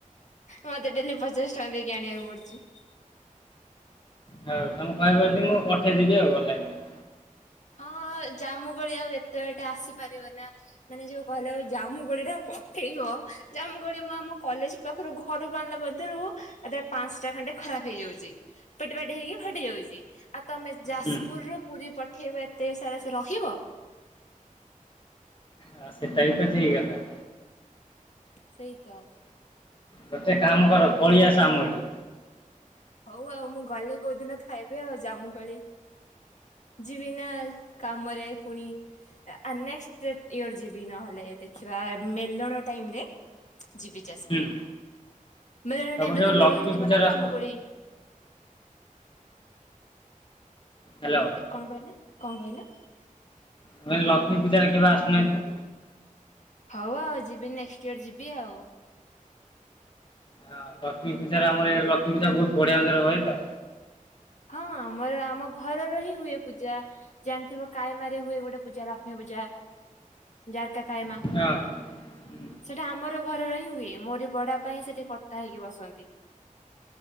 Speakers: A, on the left (about 60°); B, on the left (about 35°).
A: ମତେ ଡେଲି ପଚାଶ ଟଙ୍କା ଦେଇକି ଆଣିବାକୁ ପଡୁଛି।
B: ହଉ ତମେ କହିବ ଯଦି ମୁଁ ପଠେଇଦବି ଆଉ ଅନଲାଇନରେ।
A: ହଁ ଜାମୁକୁଳି ଆଉ ଏତେ ବାଟ ଆସିପାରିବ ନା। ମାନେ ଯୋଉ କହିଲ ଜାମୁକୁଳି ଟା ପଠେଇବ ଜାମୁକୁଳି ମୁଁ ଆମ କଲେଜ ପାଖରୁ ଘରୁକୁ ଆଣିବା କତୀରୁ ତା ଦେରେ ପାଞ୍ଚଟା ଖଣ୍ଡେ ଖରାପ ହେଇଯାଉଛି। ପେଟି ପାଟି ହେଇକି ଫାଟି ଯାଉଛି। ଆଉ ତମେ ଯାଜପୁରରୁ
B: ହୁଁ।
A: ପୁରୀ ପଟ ପଠେଇବ ଏତେ ସାରା ସେ ରହିବ?
B: ଆଉ ସେଟା ବି ତ ଠିକ କଥା।
A: ସେଇତ।
B: ଗୋଟେ କାମ କର ପଳେଇଆସ ଆମ ଏଇଠିକି।
A: ହଉ ଆଉ ମୁଁ ଗଲେ କୋଉ ଦିନ ଖାଇବି ଆଉ ଜାମୁକୋଲି। ଯିବିନା କାମରେ ପୁଣି। ଆ ନେକ୍ସଟ ଡେଟ୍ ଇୟର ଯିବି ନହେଲେ ଦେଖିବା ମେଲଣ ଟାଇମରେ। ଯିବି ଯାଜପୁର।
B: ହୁଁ
A: ମେଳଣ
B: ତମେ
A: ଟାଇମ
B: କେବେ
A: ରେ ତ
B: ଲକ୍ଷ୍ମୀ
A: ମେଳୁ ହିଁ ଥିବ
B: ପୂଜାରେ
A: ନା ଜାମୁକୋଳି?
B: ଆସୁନ ହ୍ୟାଲୋ।
A: କଣ କହିଲେ କଣ କହିଲ?
B: ମୁଁ କହିଲି ଲକ୍ଷ୍ମୀ ପୂଜାରେ କେବେ ଆସୁ ନାହାଁନ୍ତି?
A: ହଉ ଆଉ ଯିବି ନେକ୍ସଟ ଇୟର ଯିବି ଆଉ।
B: ହଁ ଲକ୍ଷ୍ମୀ ପୂଜାରେ ଆମର ଏ ଲକ୍ଷ୍ମୀ ପୂଜା ବହୁତ୍ ବଢିଆ ହୁଏ ତ।
A: ହଁ ଆମର ଆମ ଘରର ହିଁ ହୁଏ ପୂଜା। ଜାଣିଥିବ କାଏମା ରେ ହୁଏ ଗୋଟେ ପୂଜା ଲକ୍ଷ୍ମୀ ପୂଜା ଜାର୍କା କାଏମା।
B: ହଁ ହୁଁ
A: ସେଟା ଆମର ଘରର ହିଁ ହୁଏ ମୋରି ବଡ ବାପା ହିଁ ସେଠି କର୍ତ୍ତା ହେଇକି ବସନ୍ତି।